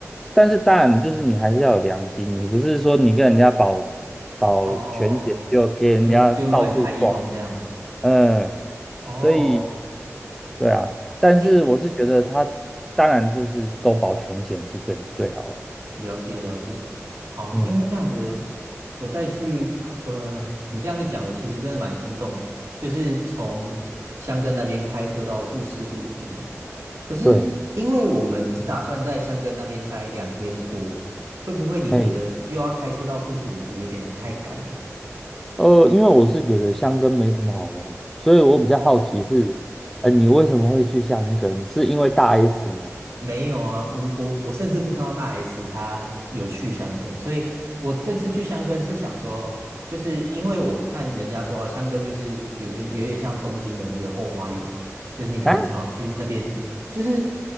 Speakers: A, in the centre; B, on the right (about 75°).
A: 但是当然就是你还是要有良心，你不是说你跟人家保保全险就给人家到处撞，
B: 哦，就就乱开一通这样。
A: 嗯，
B: 哦，
A: 所以对啊，但是我是觉得他
B: 哎
A: 当然就是都保全险是最最好的，
B: 了解了解，好，
A: 嗯，
B: 哎，那这样子，我再去考，呃，你这样一讲，我其实真的蛮心动，就是从箱根那边开车到富士五湖，可是因为我们只打算在箱根那边待两天多，
A: 对，
B: 会不会你觉得又要开车到富士五湖有点太赶了？
A: 嘿，呃，因为我是觉得箱根没什么好玩，所以我比较好奇是，呃，你为什么会去箱根？是因为大 S 吗？
B: 没有啊，我我我甚至不知道大 S 她有去香根，所以我这次去香根是想说，就是因为我看人家说哦，香根就是比如说有点像东京的那个后花园，就是你可能想要去那边，
A: 啊？
B: 就是